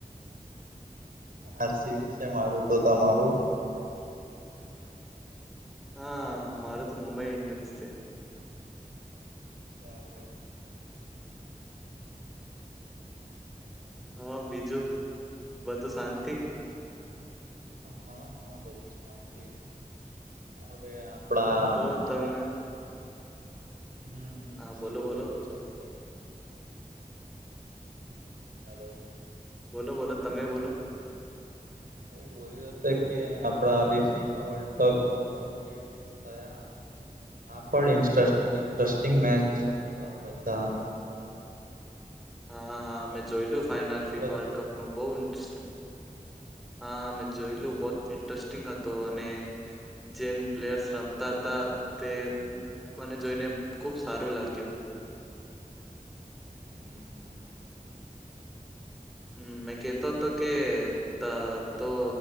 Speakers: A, on the right; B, in the centre.
A: આરસીબી છે મારું તો તમારું
B: હા મારું તો મુંબઈ ઇન્ડિયન્સ છે
A: તારો
B: હા બીજું બધુ શાંતિ
A: હા હા બધું શાંતિ હવે આપણા
B: તો તમને
A: આ હમ હમ
B: હા
A: શું
B: બોલો
A: બોલી
B: બોલો
A: રો છો બોલો હલો
B: બોલો બોલો તમે બોલો
A: હું બોલ્યો તે કે આપણા બે ફીફા વર્લ્ડ કપ તો કમ્પ્લીટ થા યા આ પણ ઈન્સટ ઇન્ટરેસ્ટિંગ મેચ હતા, બધા
B: હા, હા
A: તમે
B: મેં જોયેલું
A: તમે
B: ફાઈનલ
A: જોયો
B: ફીફા વર્લ્ડકપનું
A: હતો
B: બહું ઇન્સ, હા, હા મેં જોયેલુ બહુત ઇન્ટરેસ્ટિંગ હતુ, અને જેમ પ્લેયર્સ રમતાતા તે, મને જોઈને ખુબ સારુ લાગ્યું,
A: હું, હું.
B: હું મે કેતો હતો, કે તો એતો
A: બોલો